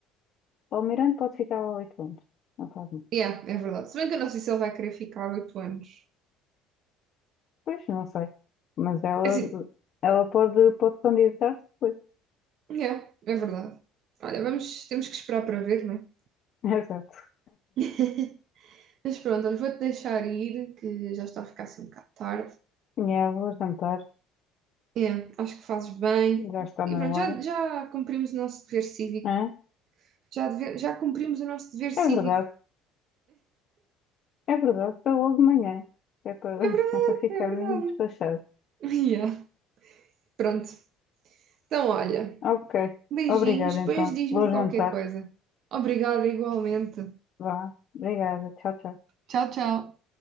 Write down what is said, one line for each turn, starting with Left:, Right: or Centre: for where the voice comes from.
Left: O Almirante pode ficar lá há oito anos. Não faz mal.
Right: Yeah, é verdade. Se bem que eu não sei se ele vai querer ficar oito anos.
Left: Pois, não sei. Mas ela,
Right: É assim,
Left: ela pode, pode candidatar-se depois.
Right: yeah, é verdade. Olha, vamos, temos que esperar para ver, não é?
Left: <laughs> Exato.
Right: <laughs> Mas pronto, olha, vou-te deixar ir, que já está a ficar assim um bocado tarde.
Left: Minha avó jantar.
Right: Yeah, acho que fazes bem.
Left: Já está
Right: E
Left: na
Right: pronto,
Left: hora.
Right: já, já cumprimos o nosso dever cívico
Left: Hã?
Right: Já, deve- já cumprimos o nosso dever cívico.
Left: É verdade. É verdade. É logo de manhã. É para,
Right: É verdade,
Left: <laughs> é para ficar
Right: é verdade.
Left: mesmo despachado.
Right: Yeah. Pronto. Então, olha,
Left: Ok.
Right: beijinhos,
Left: Obrigada,
Right: depois
Left: então.
Right: diz-me
Left: Vou jantar.
Right: qualquer coisa. Obrigada igualmente.
Left: Vá. Obrigada. Tchau, tchau.
Right: Tchau, tchau.